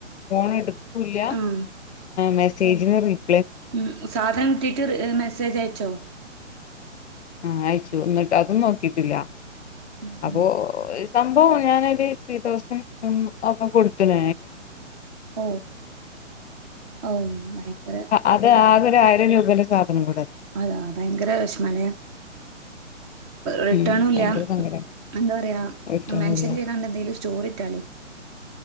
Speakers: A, on the left (about 60°); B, on the right (about 20°).
A: ഫോൺ എടുത്തു <inaudible> എടുക്കൂല
B: ആഹ്
A: മെസ്സേജ് <unintelligible>
B: ഉം സാധനം കിട്ടീട്ട് മെസ്സേജ് അയച്ചോ
A: ആഹ അയച്ചു എന്നന്നിട്ട് അതും നോക്കിട്ടില്ല
B: ഉം
A: അപ്പൊ സംഭവം ഞാനൊരു ത്രീ തൗസാൻഡ് ഒക്കെ കൊടുത്തന
B: ഓ ഔ ഭയങ്കര
A: അറെ <unintelligible> ആയിരം രൂപയുടെ സാധനം കൂട
B: അതാ ഭയങ്കര മന റിട്ടേണുംല്ല
A: ഉം ഭയങ്കര സങ്കടം
B: എന്താ പറയാ
A: കിട്ടാനുല്ല
B: മെൻഷൻ ചെയ്തണ്ട് എന്തെിലും ചോറിട്ടാലേ